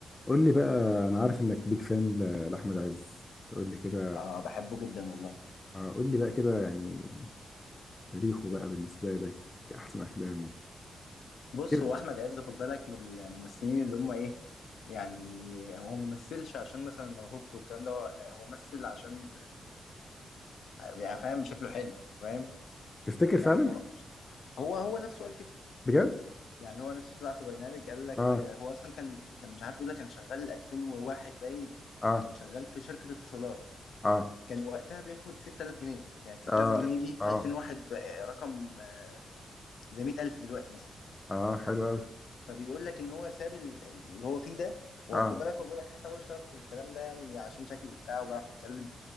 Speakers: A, on the left (about 30°); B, on the left (about 75°).
A: قول لي بقى انا عارف انك بيج فان لاحمد عز قول لي كده
B: اه بحبه جدا والله
A: آه، قول لي بقى كده يعني تاريخه بقى بالنسبه لك احسن افلامه
B: بص
A: كده
B: هو احمد عز خد بالك من الممثلين اللي هم ايه يعني هو ممثلش عشان مثلا موهوبته والكلام ده هو يعني هو ممثل عشان يعني فاهم شكله حلو فاهم
A: تفتكر فعلا
B: يعني هو هو هو نفسه قال كده
A: بجد
B: يعني هو نفسه طلع في برنامج قال لك
A: اه
B: آه، هو اصلا كان كان مش عارف بيقول لك كان شغال 2001 باين
A: اه
B: كان شغال في شركة اتصالات
A: اه
B: كان وقتها بياخد 6000 جنيه يعني 6000
A: اه
B: جنيه دي في
A: اه
B: 2001 بقى رقم آه، زي 100000 دلوقتي مثلا
A: اه حلو قوي
B: فبيقول لك ان هو ساب ال- اللي هو فيه ده واخد
A: اه
B: بالك هو بيقول لك حتى هو اشتغل في الكلام ده يعني عشان شكله بتاعه بيعرف يتكلم